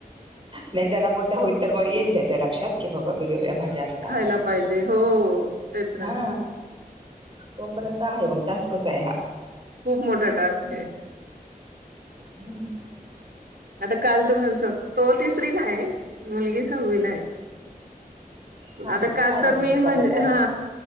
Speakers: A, on the right (about 35°); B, on the right (about 85°).
A: नाय जरा मोठ्या होईल तर म येईल त्याच्या लक्षात की बाबा वेगवेगळ्या भाज्या असतात
B: खायला
A: असं
B: पाहिजे
A: तस
B: हो तेच ना
A: हा तोपर्यंत आहे मग टास्कच आहे हा.
B: खूप मोठा टास्क आहे.
A: हम्म.
B: आता काल <unintelligible> तो तिसरी ला आहे मुलगी सहावीला आहे.
A: हा
B: आता
A: मग
B: काल
A: ती आहे
B: तर
A: तरी
B: मी म्हणजे
A: समजदार.
B: हा.